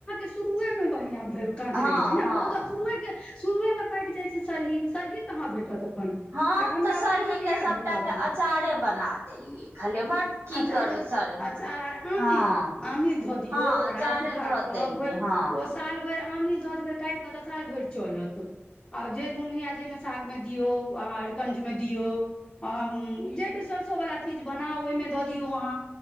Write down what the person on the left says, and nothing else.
शुरुए मे बढ़िया काँच
रहे छै ने
बहुत शुरुए शुरुए मे पाइक जाइ छै सरही सरही कहाँ भेटत एखन
एखन
आब
कलकतिया
भेटत
चारो
अचार आमिल
आमिल धऽ दियौ
ओकरा
सुखल
क
साल भैर आमिल धऽ देबै काटि कऽ तऽ साल भैर चलत आ जे मोन होइया जेइमे साग मे दियौ आ अरकंजमे दियौ अहाँ जाहि बेर सरिसोवला चीज बनाउ ओहिमे दऽ दियौ अहाँ